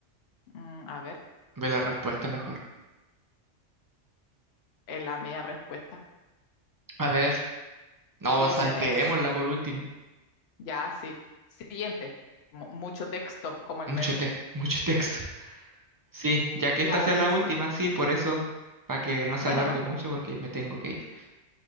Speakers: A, on the left; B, on the right.
A: mm, a ver,
B: Ve la respuesta mejor.
A: es la media respuesta.
B: A ver. No,
A: Dice,
B: salteémosla
A: en, si-
B: por último.
A: ya, sí. Siguiente. Mu- mucho texto, como el
B: Mucho
A: meme.
B: te, <laughs> mucho texto. Sí, ya
A: Ya,
B: que esta sea
A: dice.
B: la última, sí, por eso, para que no se
A: Bueno,
B: alargue mucho porque me tengo que ir.